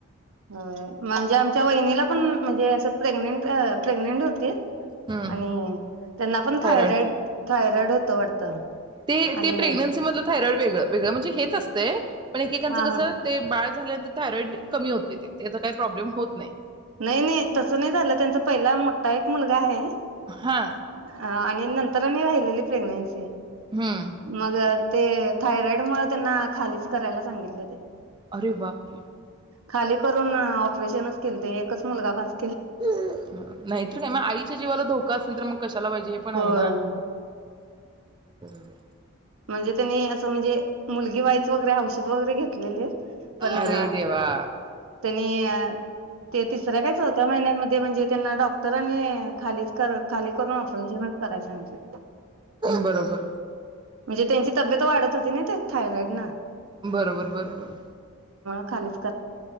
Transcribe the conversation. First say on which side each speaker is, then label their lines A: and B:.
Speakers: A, on the right (about 65°); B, on the right (about 20°).
A: हं म्हणजे आमच्या वहिनीला पण म्हणजे असं प्रेग्नेंट अ प्रेग्नेंट होतीत
B: हम्म
A: आणि त्यांना पण थायरॉईड
B: थायरॉइडच
A: थाय रड होत वाटतं
B: ते
A: आणि
B: ती प्रेग्नेंसी मध थायरॉईड वेगळं, वेगळं म्हणजे हे अस्तेय पण एकेकांच
A: हां,
B: कस
A: हां.
B: ते बाळ झाल्याण थायरॉइड कमी होतंय ते, त्याचा काय प्रॉब्लेम होत नाही.
A: नाही नाही तसं नाही झालं, त्यांचा पहिला मोठा एक मुलगा आहे!
B: हा
A: अ आण आणि नंतर आणि राहिलेली प्रेग्नेंसी.
B: हम्म
A: मगत ते थायरॉइड मूळ त्यांना खालीच करायला सांगितले होते
B: अरे बाप रे!
A: खाली करून ऑपरेशनच केलते एक. कस मुलगा भास
B: नाहीतर काय म आईच्या जीवाला धोका असेल तर मग कशा त्याला पाहिजे हे पण आहे
A: होय.
B: ना. बरोबर.
A: म्हणजे त्यांनी असं, म्हणजे मुलगी व्हायचं वगैरे औषध वगैरे घेतलेले? पण
B: अरे देवा
A: त्यांनी ते तिसऱ्या काय चवथ्या महिन्यामध्ये म्हणजे, त्यांना डॉक्टरांनी खालीच कर खाली करून ऑपरेशनच कराय सागितलं.
B: बरोबर
A: म्हणजे त्यांची तब्येत वाढत होती ना, ते थायरॉइडन
B: बरोबर बरोबर.
A: <unintelligible>